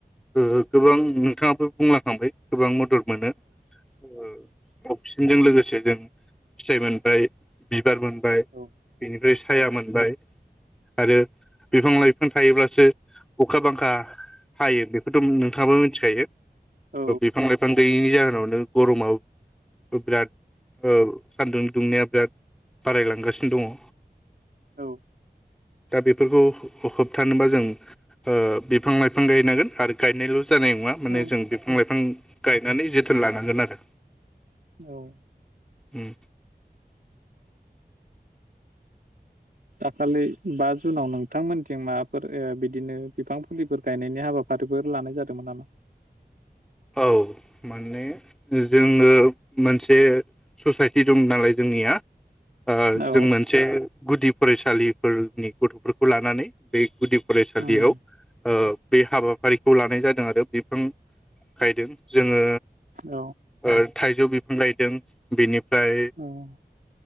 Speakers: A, in the centre; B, on the right.
A: ओ गोबां नोंथाङाबो बुंलांखांबाय गोबां मदद मोनो ओ अक्सिजेनजों लोगोसे जों फिथाइ मोनबाय बि बार मोनबाय
B: औ
A: बेनिफ्राय साया
B: औ
A: मोनबाय आरो बिफां लाइफां थायोब्लासो अखा बांखा हायो बेखोथ' नोंथाङाबो मोनथिखायो।
B: औ
A: ओ बिफां लाइफां गैयिनि जाहोनावनो गर'माव ओ बिराद औ सान्दुं दुंनाया बिराद बारायलांगासिनो दङ।
B: औ।
A: दा बेफोरखौ हो-होबथानोबा जों ओ बिफां लाइफां गायनांगोन आरो गायनायल' जानाय नङा माने
B: औ
A: जों बिफां लाइफां गायनानै जोथोन लानांगोन आरो।
B: औ
A: उम।
B: दाखालै बा जुनाव नोंथांमोनथिं माबाफोर ओ बिदिनो बिफां फुलिफोर गायनायनि हाबाफारिफोर लानाय जादोंमोन नामा?
A: औ माने जोङो मोनसे ससाइटि दं नालाय जोंनिया ओ
B: औ
A: जों मोनसे गुदि फरायसालिफोरनि गथ'फोरखौ लानानै बे गुदि फरायसालियाव
B: उम
A: ओ बे हाबाफारिखौ लानाय जादों आरो बिफां गायदों जोङो
B: औ।
A: ओ थाइजौ बिफां गायदों बेनि फाय
B: औ